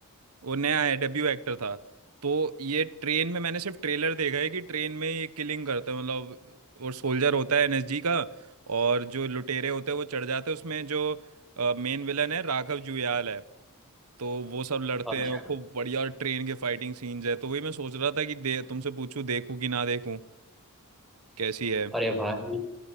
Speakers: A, on the right (about 80°); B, in the centre.
A: वो नया है डेब्यू एक्टर था तो ये ट्रेन में मैंने सिर्फ ट्रेलर देखा है कि ट्रेन में ये किलिंग करता है मतलब और सोल्जर होता है एनएसजी का और जो लुटेरे होते हैं वो चढ़ जाते हैं उसमें जो मेन विलन है राघव जुयाल है तो वो सब लड़ते
B: अच्छा
A: हैं और खूब बढ़िया ट्रेन के फाइटिंग सीन्स है तो वही मैं सोच रहा था कि दे तुमसे पूछूं देखूं कि ना देखूं कैसी है
B: अरे भाई